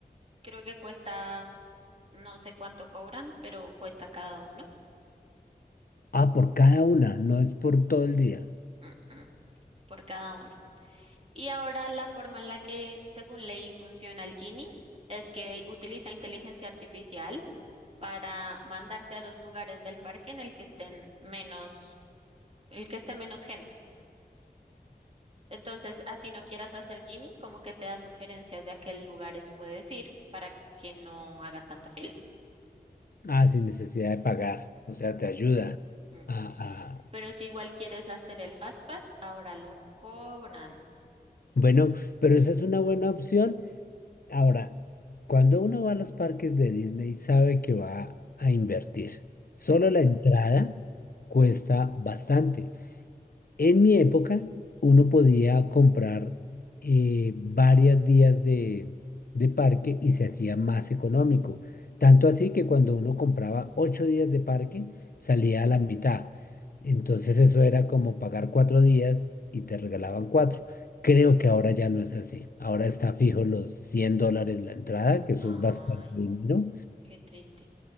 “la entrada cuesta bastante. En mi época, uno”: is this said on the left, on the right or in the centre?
Left